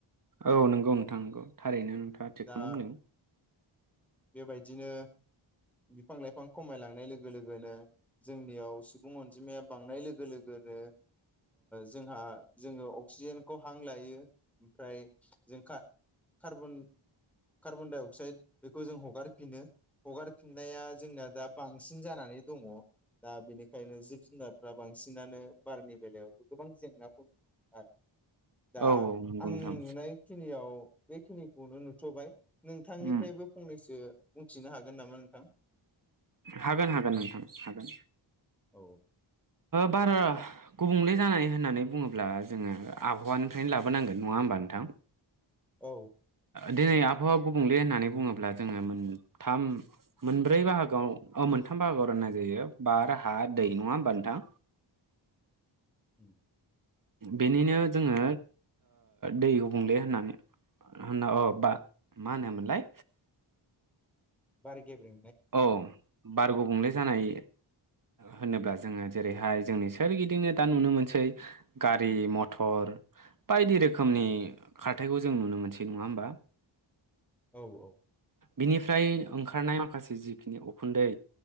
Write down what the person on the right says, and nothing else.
औ नंगौ नोंथां नंगौ थारैनो नोंथाङा थिकखौनो
बुंदों
औ औ नंगौ
नोंथां
उम
हागोन हागोन नोंथां हागोन
बारा गुबुंले जानाय होननानै बुङोब्ला जोङो आबहावानिफ्रायनो लाबोनांगोन नङा होमबा नोंथां
देनाय आब हावा गुबुंले होननानै बुङोब्ला जोङो मोनथाम मोनब्रै बाहागोव मोनथाम बाहागोआव राननाय जायो बार हा दै नङा होमबा नोंथां
बेनिनो जोङो दै गुबुंले होननानै होनना अ बा मा होनोमोनलाय
औ बार गुबुंंले जानाय होनोब्ला जोङो जेरैहाय जोंनि सोरगिदिंनो दा नुनो मोनसै गारि मथर बायदि रोखोमनि खारथायखौ जों नुनो मोनसै नङा होमबा?
बिनिफ्राय ओंखारनाय माखासे जिखिनि उखुन्दै